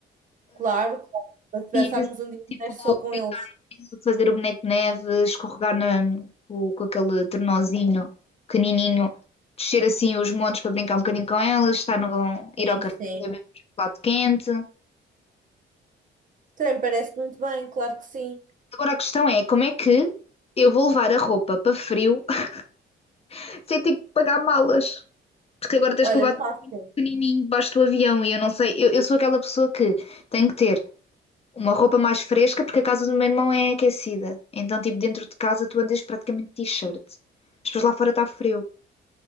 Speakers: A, on the right; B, on the left.
A: claro, claro. Para
B: ir
A: passarmos um dia
B: tipo
A: inteiro só com
B: brincar
A: eles.
B: no rio, fazer o boneco de neve, escorregar na, com, com aquele tornozinho pequenininho, descer assim os montes para brincar um bocadinho com elas, estar no,
A: Sim,
B: ir ao café,
A: sim.
B: beber um chocolate quente.
A: Também parece muito bem, claro que sim.
B: Agora a questão é, como é que eu vou levar a roupa para frio <laughs> sem ter que pagar malas? Porque agora tens
A: Olha,
B: que levar tudo
A: fácil.
B: pequenininho debaixo do avião e eu não sei, eu, eu sou aquela pessoa que tem que ter Uma roupa mais fresca, porque a casa do meu irmão é aquecida. Então, tipo, dentro de casa tu andas praticamente de t-shirt. Mas depois lá fora está frio.